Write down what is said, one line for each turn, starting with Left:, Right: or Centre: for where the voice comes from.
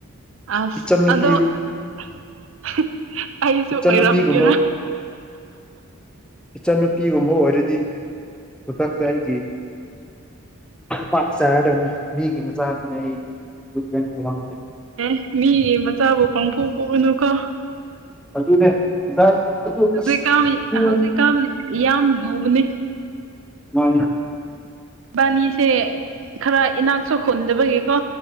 Right: ꯑꯁ
Centre: ꯏꯆꯟ ꯅꯨꯨꯄꯤ
Right: ꯑꯗꯣ <unintelligible> ꯑꯩꯁꯨ
Centre: ꯏꯆꯟꯅꯨꯄꯤꯒꯨꯝꯕ
Right: ꯑꯣꯏꯔꯝꯒꯦꯔꯥ
Centre: ꯏꯆꯟꯅꯨꯄꯤꯒꯨꯝꯕ ꯑꯣꯏꯔꯗꯤ ꯈꯨꯗꯛꯇ ꯑꯩꯒꯤ ꯄꯥꯛ ꯆꯥꯗꯕꯅꯤ ꯃꯤꯒꯤ ꯃꯆꯥꯗꯨꯅꯦ ꯑꯩꯦ
Right: ꯑꯦ ꯃꯤꯒꯤ ꯃꯆꯥꯕꯨ ꯄꯥꯡꯊꯣꯛ ꯄꯨꯒꯅꯨꯀꯣ
Centre: ꯑꯗꯨ ꯑꯗꯨꯅꯦ ꯑꯗꯨ
Right: ꯍꯧꯖꯤꯛꯀꯥꯟ
Centre: ꯑꯁ ꯎꯝ
Right: ꯍꯧꯖꯤꯛꯀꯥꯟ ꯌꯥꯝ ꯂꯨꯕꯅꯤ
Centre: ꯋꯥ
Right: ꯕꯥꯅꯤꯁꯦ ꯈꯔ ꯏꯅꯥꯛꯁꯨ ꯍꯣꯟꯗꯕꯒꯤꯀꯣ